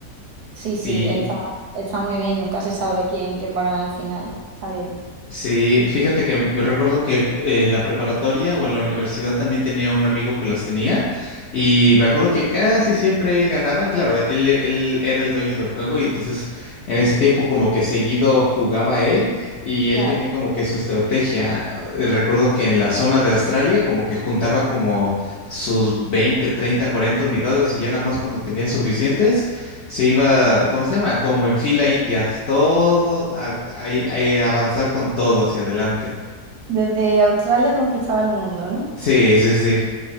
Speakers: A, on the right (about 80°); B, on the left (about 65°).
A: Sí, sí,
B: Sí,
A: está, está muy bien, nunca se sabe quién, quién va a ganar al final. Está bien.
B: Sí, fíjate que me recuerdo que cu- en la preparatoria o en la universidad también tenía un amigo que los tenía y me acuerdo que casi siempre él ganaba, claro, él, e- él era el dueño del juego y entonces en ese tiempo como que seguido jugaba él y él
A: Claro.
B: tenía como que su estrategia. Eh, Recuerdo que en la zona de Australia como que juntaba como sus 20, 30, 40 unidades y ya nada más cuando tenía suficientes se iba, ¿cómo se llama? Como en fila indias, todo, a, ahí- ahí avanzar con todo hacia adelante.
A: Desde Australia conquistaba el mundo, ¿no?
B: Sí, sí, sí.